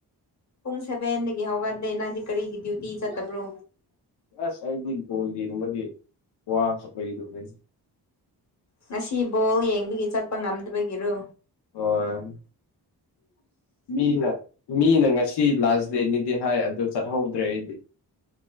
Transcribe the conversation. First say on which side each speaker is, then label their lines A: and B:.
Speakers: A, on the left (about 45°); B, on the left (about 75°).
A: ꯄꯨꯡ ꯁꯦꯚꯦꯟꯗꯒꯤ ꯍꯧꯒꯥꯟꯂꯦ ꯅꯪꯗꯤ ꯀꯔꯤꯒꯤ ꯗ꯭ꯌꯨꯇꯤ ꯆꯠꯇꯕ꯭ꯔꯣ
B: ꯑꯁ ꯑꯩꯗꯤ ꯕꯣꯜ ꯌꯦꯡꯕꯒꯤ ꯋꯥ ꯈꯔ ꯂꯩ
A: ꯉꯁꯤ ꯕꯣꯜ ꯌꯦꯡꯕꯒꯤ ꯆꯠꯄ ꯉꯝꯗꯕꯒꯤꯔꯨ
B: ꯍꯣꯏ ꯃꯤꯅ ꯃꯤꯅ ꯉꯁꯤ ꯂꯥꯁ ꯗꯦꯅꯤꯗꯤ ꯍꯥꯏ ꯑꯗꯨ ꯆꯠꯍꯧꯗ꯭ꯔꯦ ꯑꯩꯗꯤ